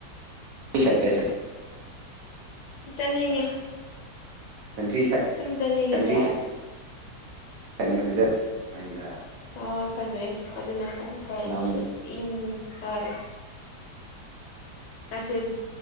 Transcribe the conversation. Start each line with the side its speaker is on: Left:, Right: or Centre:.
Right: ꯄꯤꯁꯥꯏ ꯀꯦꯁ
Left: ꯆꯠꯅꯤꯡꯉꯦ
Right: ꯀꯟꯇ꯭ꯔꯤ ꯁ
Left: ꯑꯗꯨꯝ ꯆꯠꯅꯤꯡꯉꯦꯗ
Right: ꯀꯟꯇ꯭ꯔꯤ ꯁ ꯂꯅꯖ ꯍꯥꯏꯗ
Left: ꯑ ꯐꯖꯩ ꯑꯗꯨꯅ ꯐ ꯍꯣꯏꯪ
Right: ꯂꯝ
Left: ꯍꯣꯏ ꯆꯁꯦ